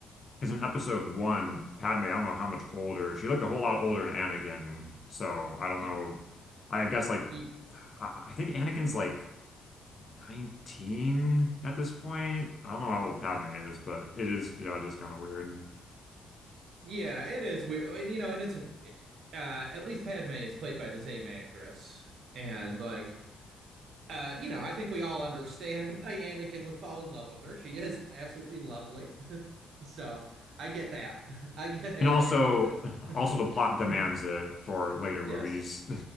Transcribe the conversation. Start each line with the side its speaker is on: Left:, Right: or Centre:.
Left: because in episode one, Padme, I don't know how much older she looked a whole lot older than Anakin. So I don't
Right: Uh,
Left: know. I guess like
Right: e-
Left: I I think Anakin's like 19 at this point. I don't know how old
Right: mm.
Left: Padme is, but it is yeah, it is kind of weird.
Right: yeah, it is weird. You know, and it's uh at least Padme is played by the same actress and like uh, you know, I think we all understand <laughs> why Anakin would fall in love with her. She is absolutely lovely. <laughs> So I get that. <laughs> I get Anakin
Left: And also,
Right: going that way.
Left: also the plot
Right: <laughs>
Left: demands it for later
Right: Yes.
Left: movies. <laughs>